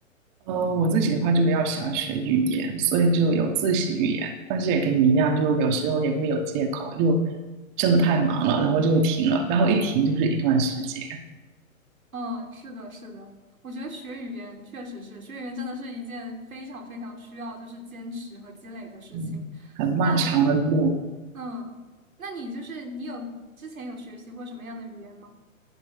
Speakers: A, on the right; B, on the right.
A: 呃，我自己的话就比较喜欢学语言，所以就有自习语言。但是也跟你一样，就有时候也会有借口，就真的太忙了，然后就会停了，然后一停就是一段时间，
B: 嗯，是的，是的，我觉得学语言确实是，学语言真的是一件非常非常需要就是坚持和积累的事情。
A: 嗯，很漫长的路。
B: 那嗯，那你就是你有之前有学习过什么样的语言吗？